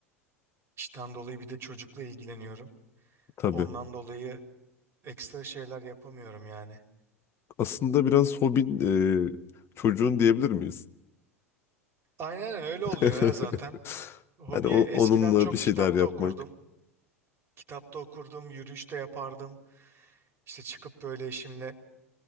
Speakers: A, on the right; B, on the left.
A: işten dolayı bir de çocukla ilgileniyorum.
B: Tabii
A: Ondan dolayı ekstra şeyler yapamıyorum yani.
B: aslında biraz hobin eee, çocuğun diyebilir miyiz?
A: Aynen öyle oluyor
B: <laughs>
A: ya zaten. Hobi
B: Hani o-
A: eskiden
B: onunla
A: çok
B: bir şeyler
A: kitap
B: yapmak
A: da okurdum. Kitap da okurdum, yürüyüş de yapardım. İşte çıkıp böyle eşimle